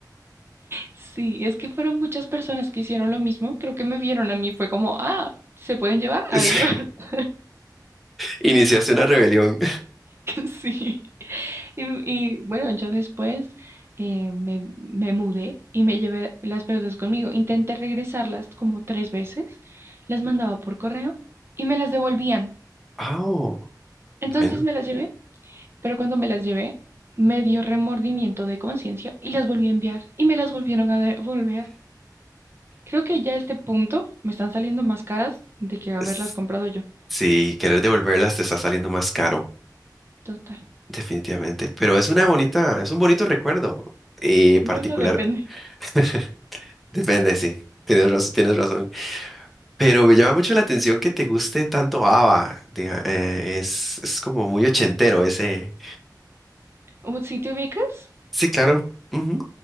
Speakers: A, on the right; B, in the centre.
A: Sí, es que fueron muchas personas que hicieron lo mismo. Creo que me vieron a mí, fue como, ah, se pueden llevar, adiós.
B: <laughs>
A: <laughs>
B: Iniciaste una rebelión.
A: Sí. Y, y, bueno, yo después eh, me, me mudé y me llevé las pelotas conmigo. Intenté regresarlas como tres veces, las mandaba por correo y me las devolvían.
B: Ah,
A: Entonces
B: bueno.
A: me las llevé, pero cuando me las llevé, me dio remordimiento de conciencia y las volví a enviar y me las volvieron a devolver. Creo que ya a este punto me están saliendo más caras de que haberlas
B: Es,
A: comprado yo.
B: Sí, querer devolverlas te está saliendo más caro,
A: Total.
B: definitivamente. Pero es una bonita, es un bonito recuerdo eh, particular.
A: Bueno, depende.
B: <laughs> Depende, sí. Tienes razón, tienes razón. Pero me llama mucho la atención que te guste tanto ABBA. diga- eh, es, es como muy ochentero ese.
A: ¿O ¿Sí te ubicas?
B: Sí, claro. ujú.